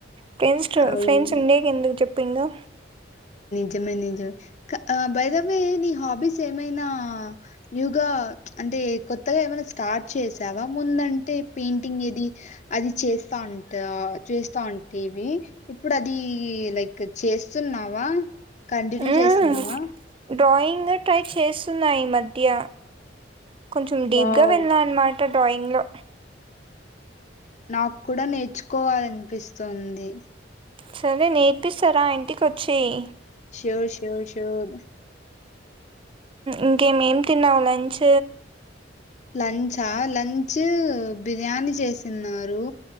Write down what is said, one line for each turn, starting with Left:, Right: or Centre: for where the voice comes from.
Right: ఫ్రెండ్స్
Left: అవును.
Right: ఫ్రెండ్స్ ఉండేకి ఎందుకు చెప్పింకా
Left: నిమే ని బైదవే నీ హాబీస్ ఏమైనా న్యూ గ కొత్తగా ఏమైనా స్టార్ట్ చేసావా ముందంటే పెయింటింగ్ ఏది అది చేస్తా ఉంట చేస్తా ఉంటేవి ఇప్పుడు అది లైక్ చేస్తున్నావా కంటిన్యూ
Right: హ్మ్.
Left: చేస్తున్నావా
Right: డ్రాయింగ్ ట్రై చేస్తున్నా ఇమధ్య కొంచెం డీప్
Left: వావ్!
Right: గా వెళ్ళా అనమాట డ్రాయింగ్ లో
Left: నాకు కూడా నేర్చుకోవాలనిపిస్తుంది
Right: సరే నేర్పిస్తారా ఇంటికొచ్చాయి
Left: సోర్ సోర్ సోర్
Right: ఇంకేమేం తిన్నావు లంచ్
Left: లంచా లంచ్ బిర్యానీ చేసన్నారు